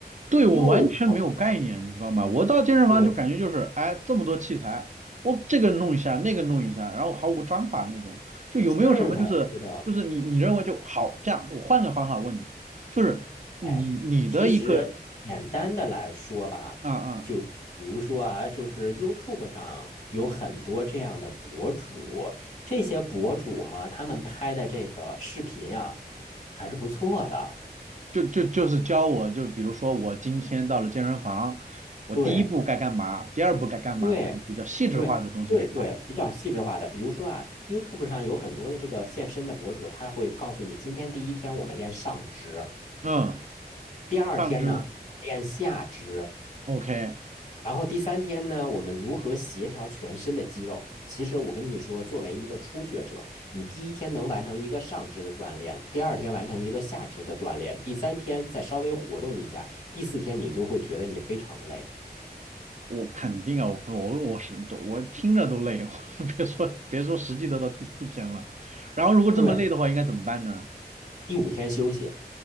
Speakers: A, on the right; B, on the left.
A: 对，
B: 又不
A: 我完全没有概念，你知道吗？我到健身房就感觉就是，
B: 对，
A: 哎，这么多器材，我这个弄一下，那个弄一下，然后毫无章法那种，就有没有什么就是就是你你认为就好这样，
B: 是的，是的。
A: 我换个方法问你，就是你你的一个
B: 哎，其实简单的来说吧，
A: 啊啊、
B: 就比如说啊，就是 YouTube 上有很多这样的博主，这些博主嘛，他们拍的这个视频啊，还是不错的。
A: 就就就是教我，就比如说我今天到了健身房，我第一步该干嘛，
B: 对
A: 第二步该干嘛，
B: 对
A: 这种比较细致化的东西是吧？
B: 对对对，比较细致化的。比如说啊，YouTube 上有很多的这个健身的博主，他会告诉你，今天第一天我们练上肢，
A: 嗯。
B: 第二天呢练下肢，
A: 上肢 OK，
B: 然后第三天呢，我们如何协调全身的肌肉？其实我跟你说，作为一个初学者，你第一天能完成一个上肢的锻炼，第二天完成一个下肢的锻炼，第三天再稍微活动一下，第四天你就会觉得你非常累。
A: 我肯定啊，我不我我是我听着都累哦，<laughs> 我别说别说实际得到第四天了。然后如果这么累的话，
B: 对，
A: 应该怎么办呢？
B: 第五天休息。